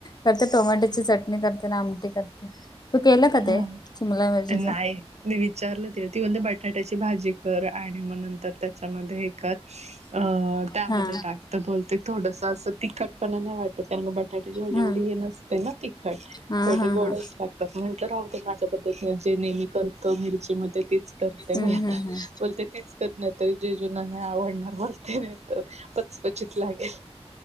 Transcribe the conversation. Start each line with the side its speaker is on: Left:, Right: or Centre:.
Left: करते टोमॅटोची चटणी करते नं आमटी करते. तू केलं
Right: हा,
Left: का ते शिमला मिरचीच?
Right: न्हाई, मी विचारलं तिला... ती म्हणते बटाट्याची भाजी कर आणि- नी मग नंतर त्याच्यामध्ये अं... त्यामध्ये
Left: ह हा
Right: टाकतं, बोलते... थोडसं असं तिखटपणा नाई वाटत तर त्यामुळे बटाट्याची भाजी
Left: हा
Right: एवढी हे नसते ना तिखट...
Left: हा
Right: थोेडी
Left: हा
Right: गोडच
Left: हा
Right: लागतात म्हणजे राहू दे... माझ्या पद्धतीने, जे नेहमी करतो... मिरची मध्ये तीच करते
Left: हम्म
Right: मी आता.
Left: हम्म हम्म.
Right: बोलते तीच कर नाय तर... जिजुंना नाई आवडणार बोलते, नाई तर... पचपचित लागेल.